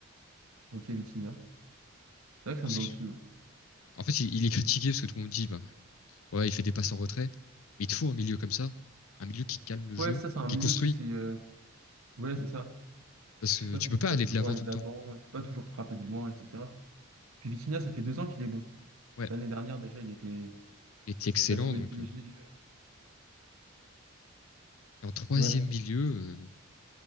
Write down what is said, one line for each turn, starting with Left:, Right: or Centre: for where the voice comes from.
Right: Ok, Vitinha. C'est vrai que ça
Left: Parce
Right: me va
Left: que-
Right: aussi, ouais.
Left: En fait, il, il est critiqué parce que tout le monde dit, bah, ouais, il fait des passes en retrait. Mais il te faut un milieu comme ça, un milieu qui calme le jeu,
Right: Ouais, ça, c'est un
Left: qui
Right: milieu
Left: construit.
Right: qui s'est... euh, Ouais, c'est ça.
Left: Parce que
Right: Il peut
Left: tu
Right: pas, tou-
Left: peux
Right: il peut
Left: pas
Right: pas
Left: aller
Right: toujours
Left: de l'avant
Right: aller
Left: tout
Right: de
Left: le
Right: l'avant,
Left: temps.
Right: il peut pas toujours frapper de loin, etc. Puis Vitinha, ça fait deux ans qu'il est bon.
Left: Ouais,
Right: L'année dernière, déjà, il était...
Left: il était excellent,
Right: Il a sauvé
Left: donc.
Right: le PSG.
Left: euh.
Right: euh,
Left: Et en troisième
Right: Ouais,
Left: milieu, euh,